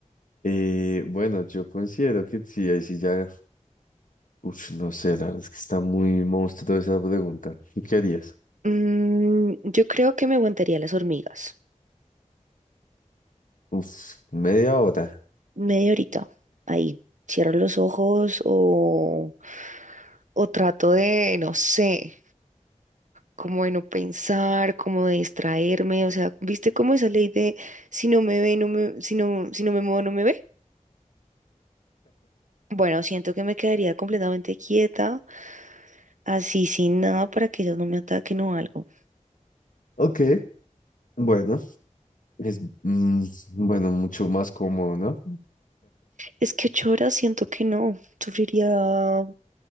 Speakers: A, on the left; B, on the right.
A: Eh, bueno, yo considero que sí, ahí sí ya. Uf, no sé, la verdad es que está muy monstruo esa pregunta. ¿Tú qué harías?
B: Mm, yo creo que me aguantaría las hormigas.
A: Uf, media hora.
B: media horita. Ahí, cierro los ojos o, o trato de, no sé, como de no pensar, como de distraerme. O sea, ¿viste cómo esa ley de si no me ve, no me, si no, si no me muevo, no me ve? Bueno, siento que me quedaría completamente quieta, así sin nada para que ellos no me ataquen o algo.
A: Ok, bueno, es mm, bueno, mucho más cómodo, ¿no?
B: Es que ocho horas siento que no, sufriría